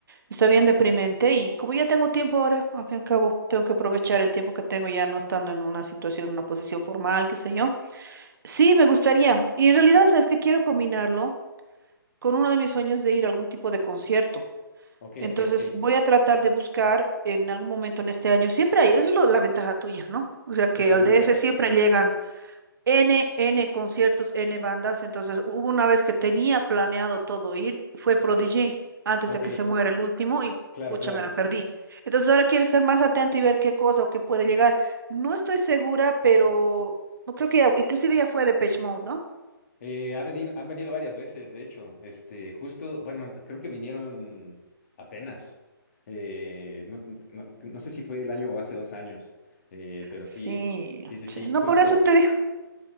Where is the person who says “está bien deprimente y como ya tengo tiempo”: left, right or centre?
Right